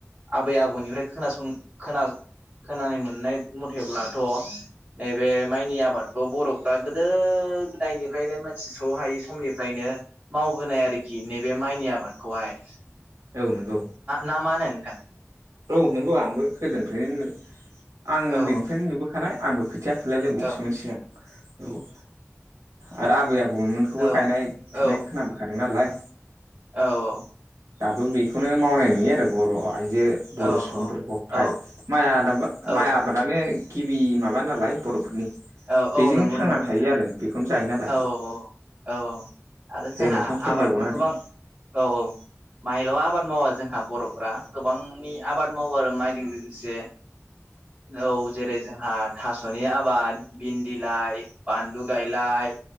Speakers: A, on the right; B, on the right.
A: आबै-आबौनिफ्राय खोनासं खोना- खोनानाय मोननाय मथेब्लाथ' नैबे माइनि आबादखौ बर'फ्रा गोदो-गोदायनिफ्रायनो मोनथिस' हायै समनिफ्रायनो मावबोनाय आरोखि नैबे माइनि आबादखौहाय
B: औ नंगौ
A: ना मा होनो नोंथां।
B: औ नंगौ आंबो गोदोनिफ्रायनो आं उनदैनिफ्रायनो
A: औ
B: नुबोखानाय आंबो। खोथिया फुलाय लायबावोसोमोन
A: औ
B: सिगां औ आरो आबै-आबौमोन बेखौबो
A: औ
B: गायनाय-फुनाय
A: औ
B: खोनाबखादों नालाय
A: औ औ।
B: दाबो बेखौनो मावनाय नुयो आरो बर' आइजो बर'
A: औ
B: सुबुंफोरखौ
A: औ
B: हाय माइ आबाद
A: औ
B: माइ आबादानो गिबि माबा नालाय बर'फोरनि
A: औ
B: बेजोंनो
A: औ नंगौ
B: थांना
A: नंगौ
B: थायो
A: नोंथां
B: आरो बेखौनो जायो नालाय
A: औ औ औ। औ आरो
B: दे
A: जोंहा
B: नोंथां फोरमायबावनो
A: आबादखौ
B: हागोन
A: गोबां औ औ माइल' आबाद मावा जोंहा बर'फ गोबांनि आबाद मावो आरो माइजों लोगोसे औ। जेरै जोंहा थास'नि आबाद भिनदि लाय बानलु गायलाय